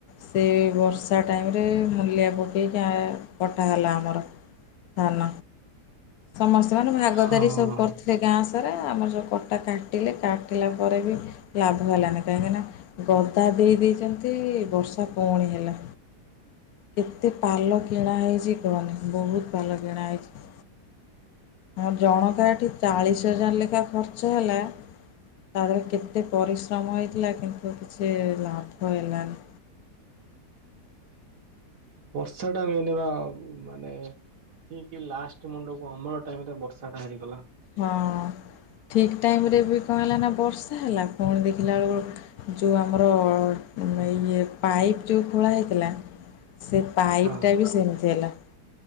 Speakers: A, on the left; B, on the right.
A: ସେ ବର୍ଷା ଟାଇମ୍ ରେ ମୂଲିଆବ ହେଇକା କଟା ହେଲା ଆମର ଧାନ। ସମସ୍ତେ ମାନେ ଭାଗଦାରୀ
B: ହଁ।
A: ସବୁ କରିୁଥିଲେ ଗାଁ ସାରା ପା ଆମର ଯୋଉ ପଟା କାଟିଲେ କାଟିଲା ପରେ ବି ଲାଭ ହେଲାନି କାହିଁକିନା ଗଦା ଦେଇ ଦେଇଚନ୍ତି ବର୍ଷା ପୁଣି ହେଲା। କେତେ ପାଲ କିଣା ହେଇଛି କୁହନି ବହୁତୁ ପାଲ କିଣା ହେଇଛି। ଆ ଜଣକା ଏଠି ଚାଳିଶ ହଜାର ଲେଖା ଖର୍ଚ୍ଚ ହେଲା ତାଧେରେ କେତ୍? ଏତେ ପରିଶ୍ରମ ହେଇଥିଲା କିନ୍ତୁ କିଛି ଲାଭ ହେଲାନି।
B: ବର୍ଷା ଟା ମେନେବା ମାନେ ଠିକ୍ ଲାଷ୍ଟ ମୁଣ୍ଡକୁ ଅମଳ ଟାଇମ୍ ରେ ବର୍ଷା ଟା ହେଇଗଲା।
A: ହଁ। ଠିକ୍ ଟାଇମରେ ବି କଣ ହେଲା ନା ବର୍ଷା ହେଲା। ପୁଣି ଦେଖିଲା ବେଳକୁ ଯୋଉ ଆମର ମ ଇଏ ପାଇପ୍ ଯୋଉ ଖୋଳା ହେଇଥିଲା ସେ ପାଇପ୍
B: ହଁ।
A: ଟା ବି ସେମିତି ହେଲା।